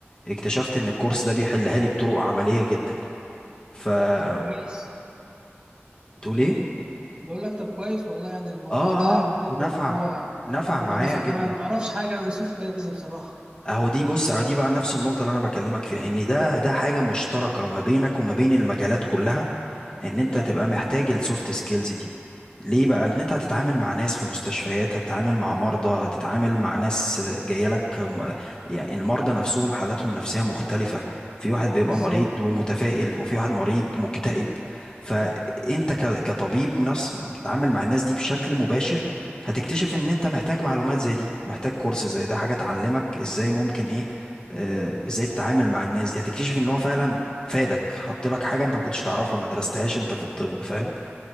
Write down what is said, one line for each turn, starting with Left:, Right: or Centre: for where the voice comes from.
Left: اكتشفت ان الكورس ده بيحلها لي بطرق عملية جدا فبتقول
Right: طب كويس
Left: ايه
Right: بقول لك طب كويس والله يعني الموضوع
Left: اه
Right: ده
Left: اه
Right: حلو
Left: اه نفع
Right: ان هو ان
Left: نفع معايا
Right: هو نفعك
Left: جدا
Right: انا ما اعرفش حاجه عن السوفت ويرز بصراحه
Left: اهو دي بص اهو دي بقى نفس النقطة اللي انا بكلمك فيها ان ده ده حاجة مشتركة ما بينك وما بين المجالات كلها ان انت
Right: ده
Left: تبقى
Right: ايوه
Left: محتاج السوفت سكيلز دي ليه بقى لان انت هتتعامل مع ناس في مستشفيات هتتعامل مع مرضى هتتعامل مع ناس جايه لك م- يعني المرضى نفسهم حالاتهم نفسية مختلفة في واحد بيبقى
Right: بالظبط
Left: مريض ومتفائل وفي واحد مريض مكتئب فانت ك- كطبيب نفس بتتعامل مع الناس دي بشكل مباشر هتكتشف ان انت محتاج معلومات زي دي محتاج كورس زي ده حاجة تعلمك ازاي ممكن ايه آه، ازاي تتعامل مع الناس دي هتكتشف ان هو فعلا فادك حط لك حاجة انت ما كنتش تعرفها ما درستهاش انت في الطب فاهم